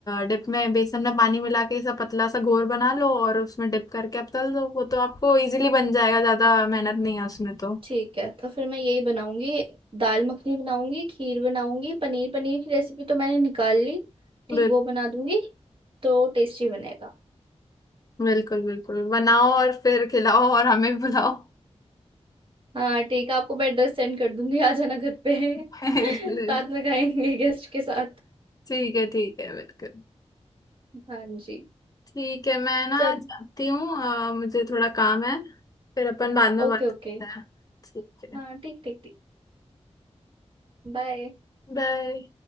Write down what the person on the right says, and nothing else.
ठीक है तो फिर मैं यही बनाऊंगी दाल मखनी बनाऊंगी खीर बनाऊंगी पनीर पनीर की रेसिपी तो मैंने निकाल ली ठीक
वो बना दूंगी तो टेस्टी बनेगा
हाँ ठीक है आपको मैं एड्रेस सेंड कर दूंगी आ जाना घर पे
<laughs> साथ
में खाएंगे गेस्ट के साथ
हाँ जी
चल
Okay
okay
हाँ ठीक ठीक ठीक बाय